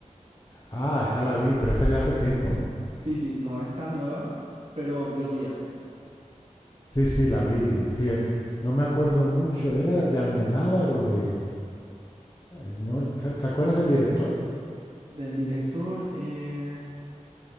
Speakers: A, on the left (about 30°); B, on the right (about 45°).
A: Ah, esa la vi, pero esa es de hace tiempo, ¿no?
B: Sí, sí, no es tan nueva, pero yo vi hace poco.
A: Sí, sí, la vi, sí, en- no me acuerdo mucho, era de Almenábar o de... eh, no, ¿Te te acuerdas del director?
B: Del director, eh,